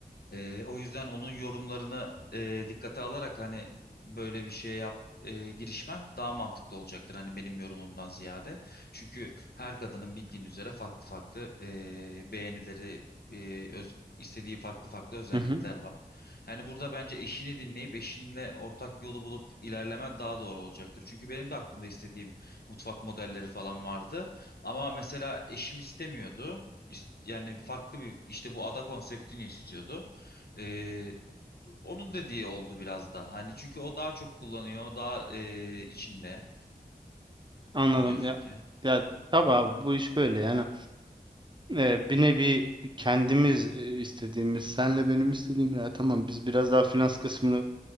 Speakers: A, on the left; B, on the right.
A: Ee, o yüzden onun yorumlarını e, dikkate alarak hani böyle bir şeye yap e, girişmen daha mantıklı olacaktır hani benim yorumumdan ziyade. Çünkü her kadının bildiğin üzere farklı farklı e, beğenileri, e, öz- istediği farklı farklı özellikler
B: Hı hı.
A: var. Yani burada bence eşini dinleyip eşinle ortak yolu bulup ilerlemen daha doğru olacaktır. Çünkü benim de aklımda istediğim mutfak modelleri falan vardı. Ama mesela eşim istemiyordu. İst- Yani farklı bir işte bu ada konseptini istiyordu. Ee, onun dediği oldu biraz da. Hani çünkü o daha çok kullanıyor. o Daha e, içinde
B: Anladım
A: biliyorsun
B: ya.
A: ki.
B: Ya tabii abi bu iş böyle yani e, bir nevi kendimiz e, istediğimiz, senle benim istediğim ya tamam biz biraz daha finans kısmını